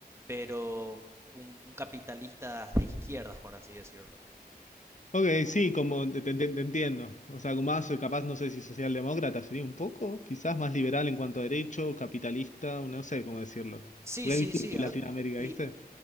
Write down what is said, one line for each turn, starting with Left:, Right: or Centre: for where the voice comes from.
Right: pero un, un capitalista de izquierdas, por así decirlo.
Left: Ok, sí, como te, te- te entiendo. O sea, más eh, capaz, no sé si socialdemócrata sería un poco, quizás más liberal en cuanto a derecho, capitalista, no sé cómo decirlo.
Right: Sí,
Left: Porque
Right: sí,
Left: es difícil
Right: sí. a-
Left: Latinoamérica,
Right: Y,
Left: ¿viste?